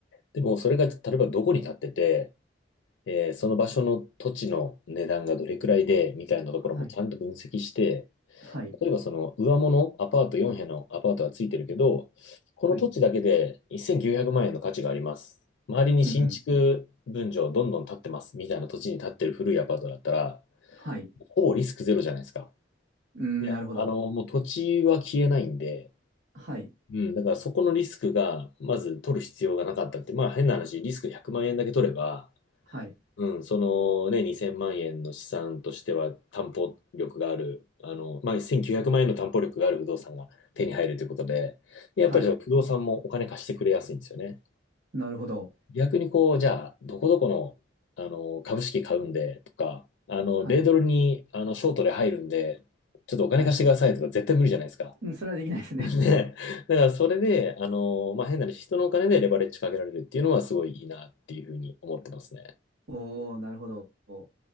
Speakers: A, on the left; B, on the right.
A: でも、それが例えばどこに建ってて、えーその場所の土地の値段がどれくらいで、みたいなところもちゃんと分析して、
B: はい。はい。
A: 例えばその上物、アパート4部屋のアパートはついてるけど、この土地だけで1900万円の価値があります。
B: はい。
A: 周りに新築分譲どんどん建ってます、
B: ふんふん。
A: みたいな土地に建ってる古いアパートだったら、
B: はい。
A: ほぼリスクゼロじゃないですか。
B: うーん、
A: ね、
B: なるほど。
A: あの、もう土地は消えないんで、
B: はい。
A: うん、だからそこのリスクが、まず取る必要がなかったって、まあ変な話、リスク100万円だけ取れば、
B: はい。
A: うん、そのね、2000万円の資産としては担保力がある、あの、まあ1900万円の担保力がある不動産が手に入るということで、でやっぱりその不動産もお金貸してくれやすいんですよね。
B: はい。なるほど。
A: 逆にこう、じゃあ、どこどこの、あの、株式買うんでとか、あの、
B: はい。
A: 米ドルに、あの、ショートで入るんで、ちょっとお金貸してくださいとか絶対無理じゃないですか。
B: はい。うん、それはできないですね。
A: <laughs> ね、だからそれで、あのまあ、変な話、人のお金でレバレッジかけられるっていうのはすごいいいなっていうふうに思ってますね。
B: <laughs> おー、なるほど。